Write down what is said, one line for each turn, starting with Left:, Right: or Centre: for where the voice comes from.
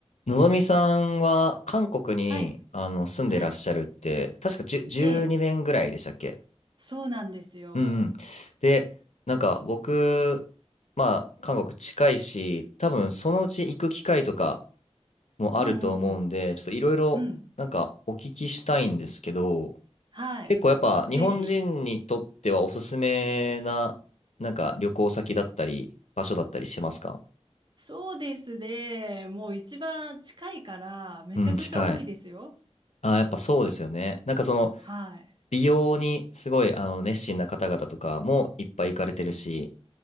Left: のぞみさんは韓国にあの住んでらっしゃるって、
Right: はい。はい。
Left: 確か10、12年ぐらいでしたっけ
Right: ええ。そうなんですよ。
Left: うんうん。で、なんか僕、まあ韓国近いし、多分そのうち行く機会とかもあると思うんで、
Right: うんうん
Left: ちょっといろいろなんかお聞きしたいんですけど、
Right: うん。うん。はい。
Left: 結構やっぱ日本人にとってはおすすめななんか旅行先だったり場所だったりしますか
Right: ぜひ。そうですね。もう一番近いから、めちゃくちゃ多いですよ。
Left: うん、近い。あ、やっぱそうですよね。なんかその
Right: はい。
Left: 美容にすごいあの熱心な方々とかもいっぱい行かれてるし、